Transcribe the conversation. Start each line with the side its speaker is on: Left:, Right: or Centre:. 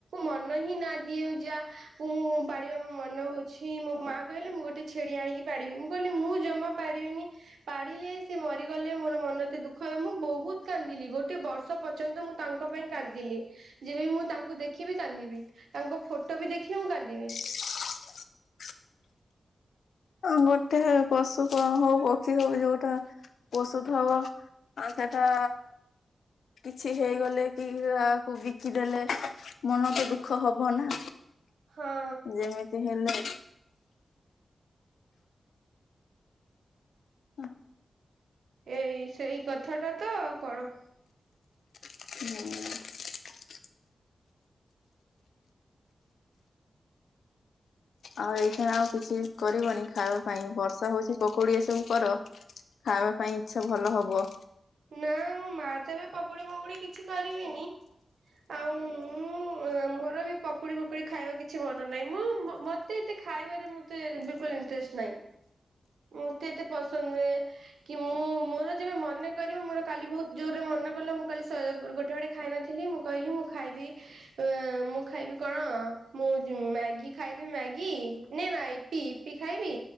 Right: ମନ ହିଁ ନା ଦିଏ ଯା ମୁ ପାଳିବା ମୋ ମନ ହଉଛି ମୋ ମା କହିଲେ ମୁଁ ଗୋଟେ ଛେଳି ଆଣିକି ପାରିବି ମୁଁ କହିଲି ମୁଁ ଜମା ପାରିବିନି ପାରିଲେ ସେ ମରିଗଲେ ମୋର ମନ ଏତେ ଦୁଃଖ, ହ ମୁଁ ବହୁତ କାନ୍ଦିଲି ଗୋଟେ ବର୍ଷ ପର୍ଯ୍ୟନ୍ତ ମୁଁ ତାଙ୍କ ପାଇଁ କାନ୍ଦିଲି ଲି ଯେବେ ମୁଁ ତାଙ୍କୁ ଦେଖିବି କାନ୍ଦିବି ତାଙ୍କ ଫଟୋ ବି ଦେଖିବି ମୁଁ କାନ୍ଦିବି
Left: <inaudible> ଗୋଟେ ପଶୁ ପ ହଉ ପକ୍ଷୀ ହଉ ଯୋଉଟା ଔଷୁଧ ହବ ଆ ଟାଟା କିଛି ହେଇଗଲେ କି ଆକୁ ବିକିଦେଲେ ମନ ତ ଦୁଃଖ ହବ ନା
Right: ହଁ
Left: ଯେମିତି ହେଲେ ହୁଁ।
Right: ଏଇ ସେଇ କଥାଟା ତ ଆଉ କଣ?
Left: ହଁ। ଆଉ ଏଇ ଖାଣା ଆଉ କିଛି କରିବନି ଖାଇବା ପାଇଁ ବର୍ଷା ହଉଛି, ପକୋଡି ଏ ସବୁ କର ଖାଇବା ପାଇଁ ଇଚ୍ଛା ଭଲ ହବ।
Right: ନା ମୋ ମା ତ ଏବେ ପକୁଡ଼ି ମକୁଡ଼ି କିଛି କରିବେନି ଆଉ ମୁଁ ମୋର ବି ପକୁଡି ଫକୁଡି ଖାଇବା କିଛି ମନ ନାହିଁ ମୁଁ ମତେ ଏତେ ଖାଇବାରେ ମତେ ବିକୁଲ ଇଣ୍ଟରେଷ୍ଟ ନାହିଁ ମତେ ଏତେ ପସନ୍ଦ ନୁହେ କି ମୁଁ ମୋର ଯେବେ ମନେ କରିବ ମୋର କାଲି ବହୁତ ଜୋରରେ ମନେ କଲା, ମୁଁ କାଲି ସ ଗୋଟେ ଗୋଟେ ଖାଇନଥିଲି ମୁଁ କହିଲି ମୁଁ ଖାଇବି ମୁଁ ଖାଇବି କଣ ମୁଁ ମ୍ୟାଗି ଖାଇବି ମ୍ୟାଗି ନାଇ ୟିପି ୟିପି ଖାଇବି